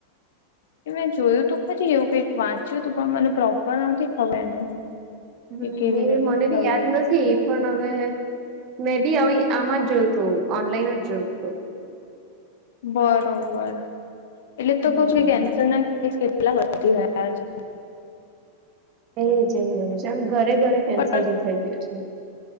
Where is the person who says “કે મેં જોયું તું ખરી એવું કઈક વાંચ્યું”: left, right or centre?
Left